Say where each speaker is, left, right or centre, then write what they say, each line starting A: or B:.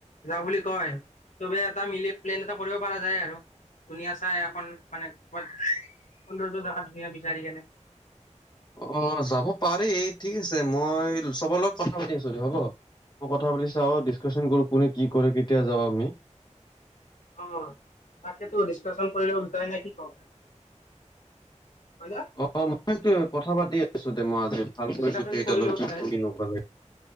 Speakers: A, on the left; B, on the left.
A: যাওঁ বুলি কয়, তবে এটা মিলি প্লেন এটা কৰিব পৰা যায় আৰু ধুনীয়া চাই এখন মানে কাত সৌন্দৰ্য্য জেগাত ধুনীয়া বিচাৰি কেনে।
B: অ যাব পাৰি ঠিক আছে মই চবৰ লগত কথা পাতি আছিল হ'ব মই কথা পাতি। চা ডিছকাশন কৰো কোনে কি কৰে কেতিয়া যাওঁ আমি।
A: অ তাকেেতো ডিছকাচন কৰিব লব বিচাৰে নে কি ক। হয় না
B: অ মই কথা পাতি আছো দে মই আজি ভালকৈ
A: ডিচকাচন
B: গোটেইকেইটালৈ
A: কৰিলে
B: কি
A: উলটাই
B: কৰি কি নকৰিব।